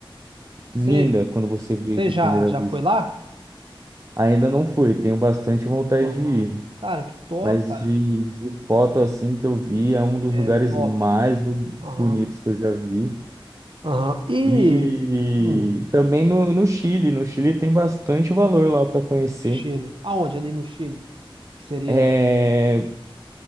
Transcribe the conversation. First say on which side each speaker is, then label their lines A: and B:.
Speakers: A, on the right; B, on the right.
A: Você
B: linda quando você vê
A: você
B: de
A: já,
B: primeira
A: já
B: vista.
A: foi lá?
B: Ainda não fui, tenho bastante vontade
A: Aham.
B: de ir,
A: Cara, que top,
B: mas
A: cara.
B: de, de foto assim que eu vi, é um dos
A: É
B: lugares
A: top.
B: mais lu-
A: Aham.
B: bonitos que eu já vi.
A: Aham. E.
B: E
A: hum,
B: também no, no Chile, no Chile tem bastante valor lá para conhecer.
A: Chile. Aonde? Ali no Chile? Que seria.
B: É,